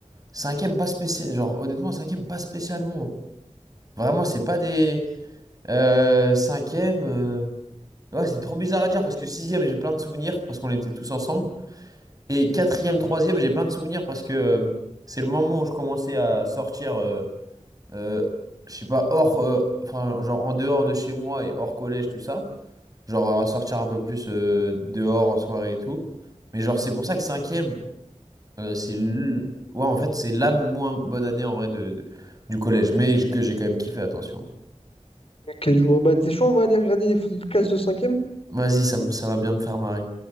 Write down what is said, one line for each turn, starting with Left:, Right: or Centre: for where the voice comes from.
Right: cinquième, pas spécial. Genre, honnêtement, cinquième, pas spécialement. Vraiment, c'est pas des. Euh, cinquième. euh, Ouais, c'est trop bizarre à dire parce que sixième, j'ai plein de souvenirs parce qu'on était tous ensemble. Et quatrième, troisième, j'ai plein de souvenirs parce que euh, c'est le moment où je commençais à sortir, euh, euh, je sais pas, hors, euh, enfin, genre en dehors de chez moi et hors collège, tout ça. Genre à sortir un peu plus euh, dehors en soirée et tout. Mais genre, c'est pour ça que cinquième, euh, c'est. l- Ouais, en fait, c'est la moins bonne année en vrai de, de- du collège. Mais que j'ai quand même kiffé, attention.
Left: Ok, je vois. Bah, t'es chaud, on va aller regarder les photos de classe de 5e?
Right: Vas-y, ça, me- ça va bien me faire marrer.